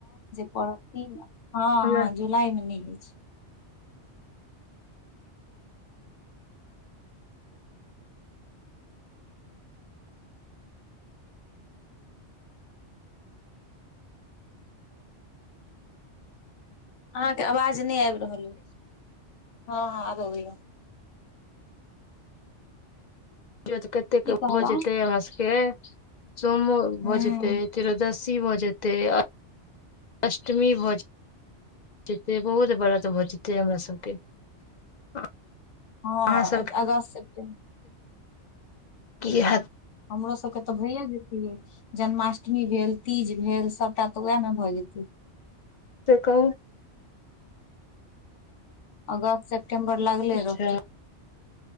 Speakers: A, on the left; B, on the left.
A: पड़तिन। हाँ
B: हमरा
A: हाँ जुलाई मे नै हय छै। अहाँ के अवाज नै आएब रहल ए, हाँ। हाँ आब अबै या।
B: <unintelligible> कते
A: की
B: के
A: कहलौं
B: भोज हेतै हमरा सेके। <unintelligible> सोमो भ
A: हूं
B: जेतै तीरोदसी। सी भ जेतै आ अष्टमी भ जेतै जते बहुत बड़ा <unintelligible> के हमरा सबके <unintelligible>
A: हाँ
B: अहाँ सबके
A: अ अगस्त, सिप्टेम
B: की हाएत
A: हमरो सबके त भैयए जेतै मैं। जन्माष्टमी भेल, तीज भेल सभटा त उएहमे भ जेतै।
B: से कहु।
A: अगस्त, सेप नम्बर लगले
B: अच्छा
A: रहतै।